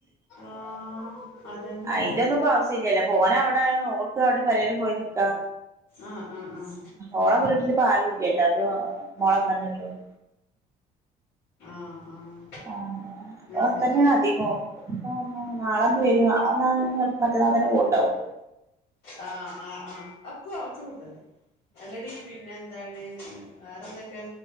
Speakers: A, on the left; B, on the right.
A: ആഹ് അതന്നെ
B: അയിന്റെ ഒന്നും ഇപ്പ ആവശ്യം ഇല്ലല്ല പോന അവിടെ ഓൾക്ക് അവിടെ പെരേലും പോയി നിക്കാ
A: ആഹ് ആഹ് ആഹ്
B: ഓള വീട്ടിലിപ്പ ആരുല്യല്ല ഒരു മോളെന്നെന്നെല്ലെ ഉള്ളൂ
A: ആഹ് ആഹ്
B: ഓന് പ്പൊ
A: അത്
B: അവ്ട്
A: ശരി
B: തന്നാണ് അധികം ഇഞ് പ്പൊ വന്ന നാളെഞ് വരും നാളെ വന്ന മറ്റന്നാള തന്നെ പോവ്ണ്ടാവും
A: ആഹ് ആഹ് ആഹ് അക്കോ ഒച്ച പെടുത്തല്ലേ അല്ലടി പിന്നെ എന്താണ് വേറെ എന്തൊക്കെ